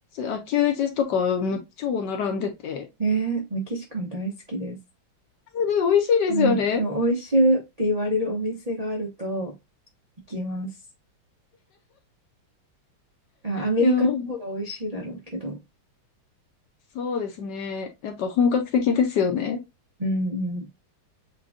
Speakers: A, on the left; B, on the right.
A: あ、休日とかも超並んでて、
B: ん。えー、メキシカン大好きです。
A: で、美味しいですよね。
B: うん。でも美味しいって言われるお店があると行きます。あ、アメリカの方が美味しいだろうけど。
A: いやそうですね。やっぱ本格的ですよね。
B: うんうん。